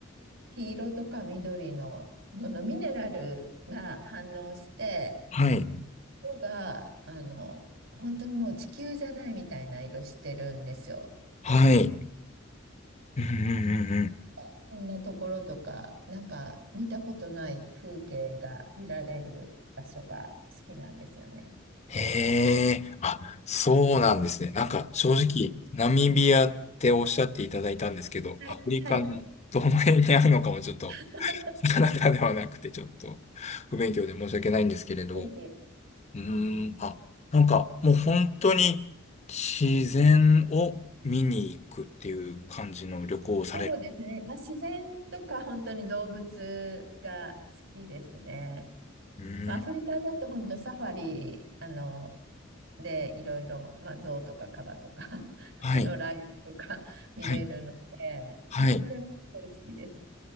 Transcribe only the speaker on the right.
黄色とか緑の、そのミネラルが反応して、
色が、あの、本当にもう地球じゃないみたいな色してるんですよ。
あそんなところとか、なんか見たことない風景が見られる場所が好きなんですよね。
はい。
はい。
はい <laughs>
いえいえ
そうですね。まあ、自然とか本当に動物が好きですね。
まあ、アフリカだと本当サファリ、あの、で、いろいろ、まあ、象とかカバとか <laughs>
あの、ライオンとか見れるので、
もうそれもすごい好きです。